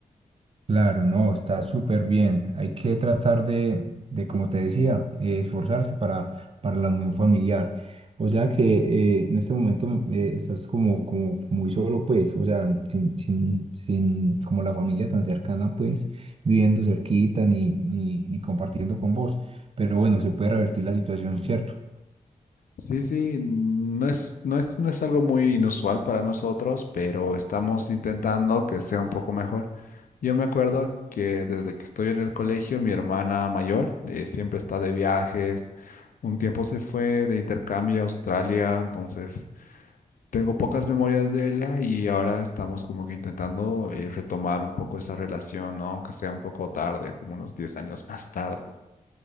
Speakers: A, on the right (about 40°); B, on the left (about 65°).
A: Claro, no, está súper bien. Hay que tratar de, de, como te decía, eh, esforzarse para, para la unión familiar. O sea que eh, en este momento eh, estás como, como muy solo, pues, o sea, sin, sin, sin como la familia tan cercana, pues, viviendo cerquita ni, ni, ni compartiendo con vos. Pero bueno, se puede revertir la situación, ¿cierto?
B: Sí, sí, no es, no es, no es algo muy inusual para nosotros, pero estamos intentando que sea un poco mejor. Yo me acuerdo que desde que estoy en el colegio, mi hermana mayor eh, siempre está de viajes. Un tiempo se fue de intercambio a Australia, entonces tengo pocas memorias de ella y ahora estamos como que intentando eh, retomar un poco esa relación, ¿no? Aunque sea un poco tarde, como unos 10 años más tarde.